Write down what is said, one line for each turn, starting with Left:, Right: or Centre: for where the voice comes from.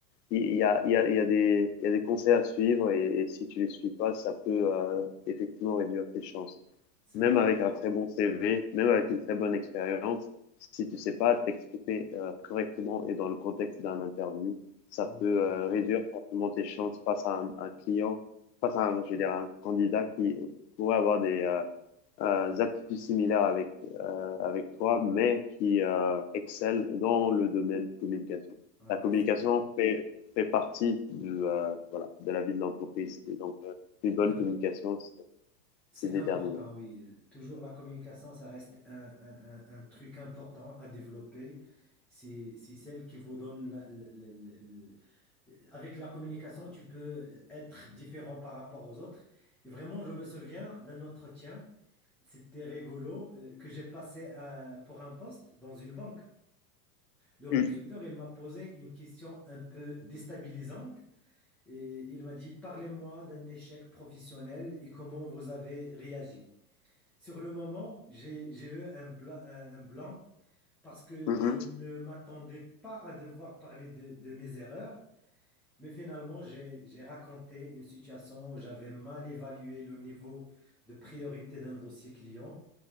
Left: il il y a, il y a, il y a des, il y a des conseils à suivre et, et si tu les suis pas, ça peut, euh, effectivement réduire tes chances.
Centre: C'est
Left: même
Centre: vrai.
Left: avec un très bon CV, même avec une très bonne expérience, si tu ne sais pas t'exprimer euh, correctement et dans le contexte d'un interview, ça
Centre: oui, oui.
Left: peut euh, réduire fortement tes chances face à un, un client, face à un, je veux dire, un candidat qui pourrait avoir des euh, euh, aptitudes similaires avec, euh, avec toi, mais qui euh, excelle dans le domaine communication.
Centre: Ah
Left: La
Centre: oui,
Left: communication
Centre: c'est vrai.
Left: fait, fait partie du, euh, voilà, de la vie de l'entreprise. Et donc, euh, une bonne
Centre: C'est vrai.
Left: communication, c'est
Centre: C'est
Left: c'est déterminant.
Centre: important, oui. Toujours la communication, ça reste un, un- un- un truc important à développer. C'est c'est celle qui vous donne... la- la- la- la- Avec la communication, tu peux être différent par rapport aux autres. Et vraiment, je me souviens d'un entretien, c'était rigolo, euh, que j'ai passé euh, pour un poste dans une banque. Le recruteur,
Left: Mhm.
Centre: il m'a posé une question un peu déstabilisante et il m'a dit, parlez-moi d'un échec professionnel et comment vous avez réagi. Sur le moment, j'ai, j'ai eu un bla- un- un blanc parce que
Left: Mhm.
Centre: je ne m'attendais pas à devoir parler de, de mes erreurs, mais finalement, j'ai, j'ai raconté une situation où j'avais mal évalué le niveau de priorité d'un dossier client